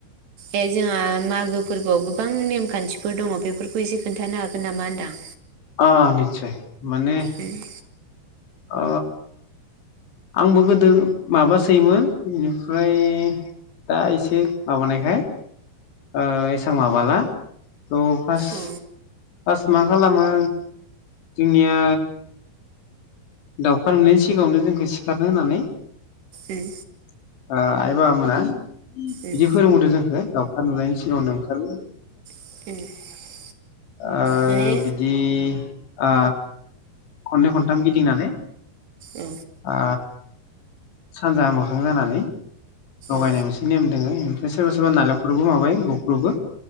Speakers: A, on the right; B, on the left.
A: ए जोंहा मागो फोरबोआव गोबां नेमखान्थिफोर दङ बेफोरखौ एसे खोन्थानो हागोन नामा होनदां?
B: आ <unintelligible> माने
A: उम
B: अ आंबो गोदो माबासोयोमोन बेनिफ्राय दा एसे माबानायखाय ओ एसां माबाला थ फासट
A: अ
B: फार्स्ट मा खालामो जोंनिया दाउखा मोननायनि सिगाङावनो जोंखौ सिखारनो होननानै ओ
A: उम
B: आइ बाबामोना
A: उम
B: बिदि फोरोंबोदो जोंखो। सान नुनायनि सिगाङावनो ओंखार
A: <inaudible>
B: ओ
A: माने
B: बिदि। आ खननै खनथाम गिदिंनानै
A: औ
B: आ सानजा मोखां जानानै लगायनाय
A: औ
B: मोनसे नेम दोङो ओमफ्राय सोरबा सोरबा नालेंखरबो माबायो बुख्रुबो।